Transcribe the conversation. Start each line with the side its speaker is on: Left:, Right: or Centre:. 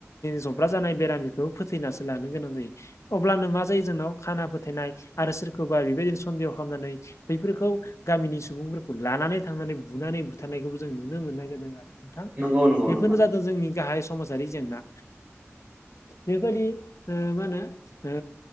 Left: जब्रा जानाय बेरामिखौ फोथैनासो लानो गोनां जायो। अब्लानो मा जायो जोंनाव खाना फोथायनाय आरो सोरखोबा बेबायदिनो सन्देह खामनानै बैफोरखौ गामिनि सुबुंफोरखौ लानानै थांनानै बुनानै बुथारनायखौबो जों नुनो मोननाय जादों आरो। नोंथां
Right: नंगौ नंगौ
Left: बेफोरनो
Right: नोंथां
Left: जादों जोंनि गाहाय समाजारि जेंना बेबायदि ओ मा होनो ओ